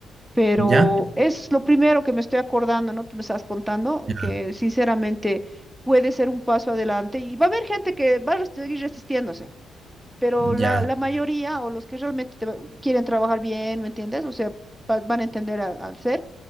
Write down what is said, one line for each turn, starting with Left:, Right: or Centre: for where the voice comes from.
Centre: Pero
Right: Ya,
Centre: es lo primero que me estoy acordando, ¿no? Tú me estás contando
Right: ya,
Centre: que sinceramente puede ser un paso adelante y va a haber gente que va a res- seguir resistiéndose, pero la,
Right: ya,
Centre: la mayoría o los que realmente te va- quieren trabajar bien, ¿me entiendes? O sea, va- van a entender a- al ser